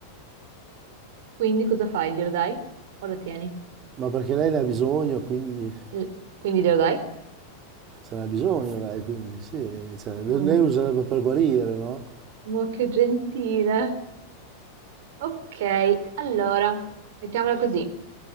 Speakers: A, on the right; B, on the right.
A: Quindi cosa fai? Glielo dai o lo tieni?
B: ma perché lei ne ha bisogno, quindi
A: L- quindi glielo dai?
B: se ne ha bisogno lei, quindi sì, cioè, le-
A: Mm.
B: lei userebbe per guarire, no?
A: Ma che gentile. Ok, allora, mettiamola così.